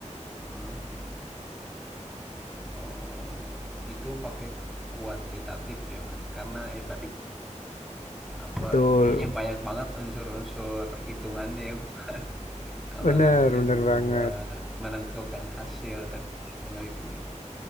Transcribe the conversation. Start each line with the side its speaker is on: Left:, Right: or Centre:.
Centre: heeh. Oh, itu pakai kuantitatif ya, Mas, karena ya tadi apa
Left: Betul,
Centre: kayaknya banyak banget unsur-unsur hitungannya ya buat <laughs> apa
Left: bener
Centre: namanya
Left: bener
Centre: buat
Left: banget.
Centre: menentukan hasil dari penelitian.